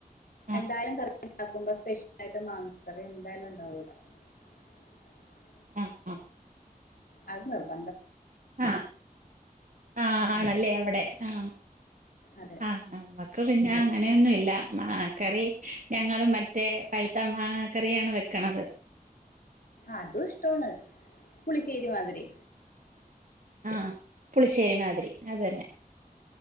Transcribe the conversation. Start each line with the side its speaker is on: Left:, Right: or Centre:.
Right: ആഹ്
Left: എന്തായാലും ക ക്ക്മ്പോ സ്പെഷ്യലായിട്ട് മാങ്ങ കറി എന്തായാലും ഉണ്ടാവുമലോ <unintelligible>
Right: ആാ ആാ
Left: അത് നിർബ
Right: ആാ ആാ ആണല്ലേ
Left: ഉം
Right: അവടെ ആാ
Left: അതെ
Right: ആാ നമ്മക്ക് പിന്നെ അങ്ങനെയൊന്നു ഇല്ല മാങ്ങാ കറി ഞങ്ങളും മറ്റേ പഴുത്ത മാങ്ങാക്കറിയാണ് വെക്കണത്
Left: അതും ഇഷ്ടമാണ് പുളിശ്ശേരി മാതിരി
Right: ആാ പുളിശ്ശേരി മാതിരി അത് തന്നെ